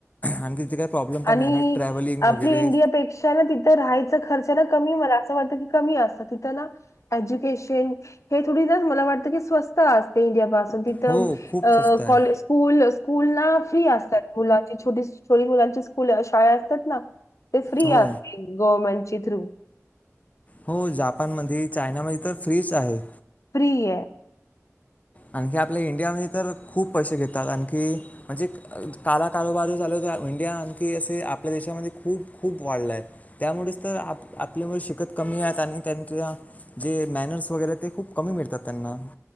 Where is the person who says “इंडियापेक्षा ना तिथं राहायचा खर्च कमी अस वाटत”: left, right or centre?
Left